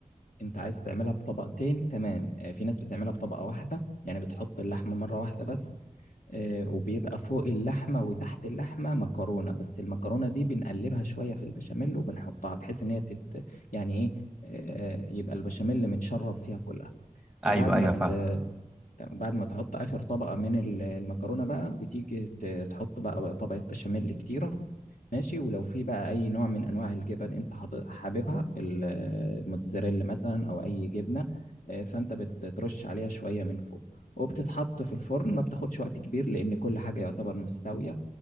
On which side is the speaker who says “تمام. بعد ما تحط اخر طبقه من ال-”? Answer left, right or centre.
Left